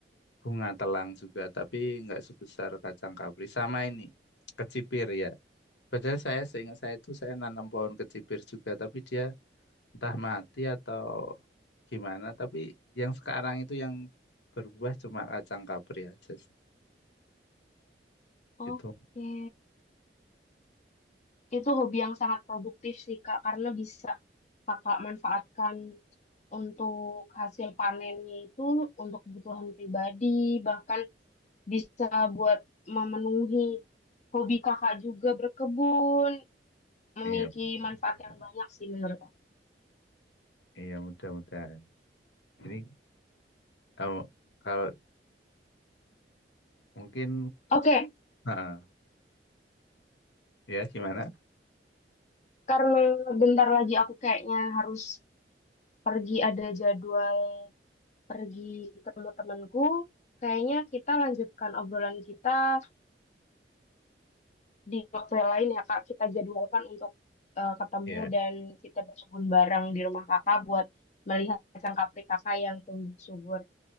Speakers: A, on the left; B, on the left.
A: bunga telang juga tapi nggak sebesar kacang kapri sama ini kecipir ya padahal saya seingat saya itu saya nanam pohon kecipir juga tapi dia entah mati atau gimana tapi yang sekarang itu yang berbuah cuma kacang kapri aja sih
B: Oke,
A: itu
B: itu hobi yang sangat produktif sih Kak, karena bisa kakak manfaatkan untuk hasil panennya itu untuk kebutuhan pribadi, bahkan bisa buat memenuhi hobi kakak juga berkebun, memiliki
A: iya mudah-mudahan.
B: manfaat yang banyak sih menurut aku.
A: iya mudah-mudahan ini kalau kalau mungkin
B: Oke,
A: Heeh. Ya, gimana?
B: karena bentar lagi aku kayaknya harus pergi ada jadwal pergi ketemu temanku, kayaknya kita lanjutkan obrolan kita di waktu yang lain ya Kak, kita jadwalkan untuk eh, ketemu
A: Ya,
B: dan kita berkebun bareng di rumah Kakak buat melihat cangkapri Kakak yang tumbuh subur.